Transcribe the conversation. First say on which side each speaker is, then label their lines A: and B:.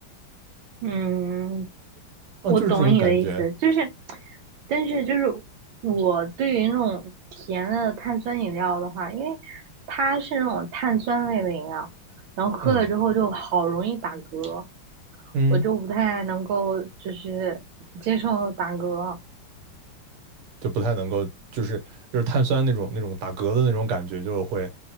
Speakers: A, on the right; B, on the right.
A: 嗯，
B: 嗯，
A: 我懂你的意思，
B: 就是这种感觉，
A: 就是，但是就是我对于那种甜的碳酸饮料的话，因为它是那种碳酸类的饮料，然后喝了之后就好容易打嗝，
B: 嗯嗯，
A: 我就不太能够就是接受打嗝。
B: 就不太能够，就是就是碳酸那种那种打嗝的那种感觉，就会